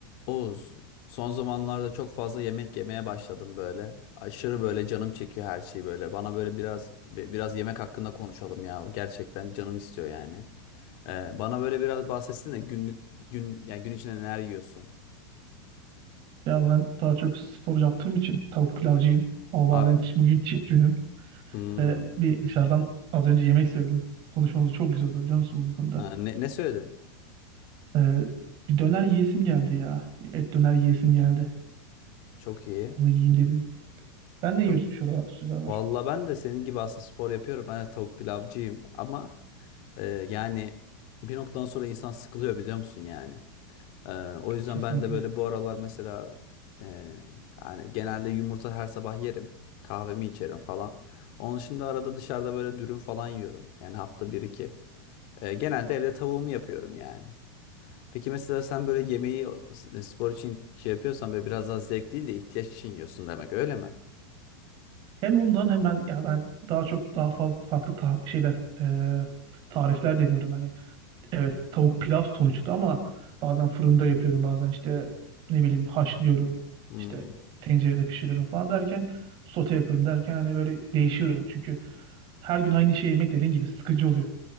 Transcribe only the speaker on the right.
Ya ben daha çok spor yaptığım için tavuk pilavcıyım. Ama bazen
ç- bugün cheat günüm.
Ee, bir dışarıdan az önce yemek söyledim. Konuşmamız çok güzel oldu biliyor musun bu konuda?
Ee, bir döner yiyesim geldi ya. Et döner yiyesim geldi.
Onu yiyeyim dedim. Sen ne
yiyorsun şurada, şuralar?
Kesinlikle.
Hem ondan hem ben ya ben daha çok daha fazla farklı ta- şeyler e, tarifler deniyorum hani Evet tavuk pilav sonuçta ama bazen fırında yapıyorum bazen işte ne bileyim haşlıyorum
işte tencerede pişiriyorum falan derken sote yapıyorum derken hani böyle değişiyorum çünkü her gün aynı şey yemek dediğin gibi sıkıcı oluyor.